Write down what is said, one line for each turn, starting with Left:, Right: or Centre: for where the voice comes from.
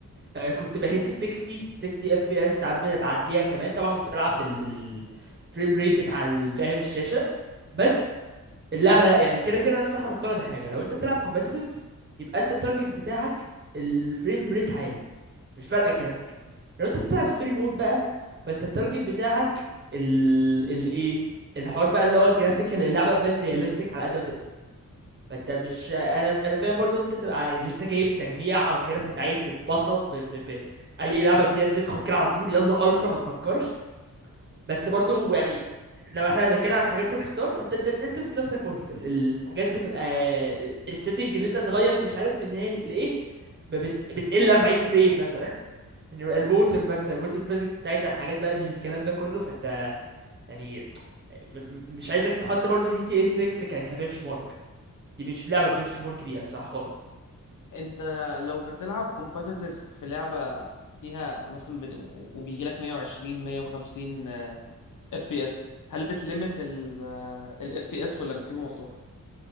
Right: آه، كنت بهيت ال 60 60 اف بي اس ساعات ب- بعديها كمان طبعا مش بلعب بال بال فريم ريت بتاع ال- فاهم الشاشه بس اللعبه لا يعني كده كده انا الصراحه مقتنع بحاجه لو انت بتلعب كومبتيتيف يبقى انت التارجت بتاعك الفريم ريت عالي مش فارقه الجرافيك لو انت بتلعب ستوري مود بقى فانت التارجت بتاعك ال ال ايه الحوار بقى اللي هو الجرافيك اللي اللعبه تبان رياليستيك على قد ما تقدر فانت مش انا انا فاهم برضو ان انت تبقى لسه جايب تجميع او كده فانت عايز تتبسط ب... ب... ب... اي لعبه جديده تدخل كده على طول يلا الترا ما تفكرش بس برضو يعني لو احنا هنتكلم على حاجات روك ستار فانت انت انت ذات نفسك قلت ال- الحاجات بتبقى السيتنج اللي انت تغير مش عارف من ايه لايه ب- بت... بتقل 40 فريم مثلا <laughs> الووتر مثلا الووتر فيزيكس بتاعتها الحاجات بقى الكلام ده كله فانت يعني م... م- مش عايزك تحط برضو جي تي اي 6 ك... كبنش مارك دي مش لعبه بنش مارك بيها صح خالص
Left: انت لو بتلعب كومباتيتيف في لعبة فيها مثلا بت- وبيجي لك 120 150 اف بي اس هل بتلمت الاف بي اس ولا بتسيبه مفتوح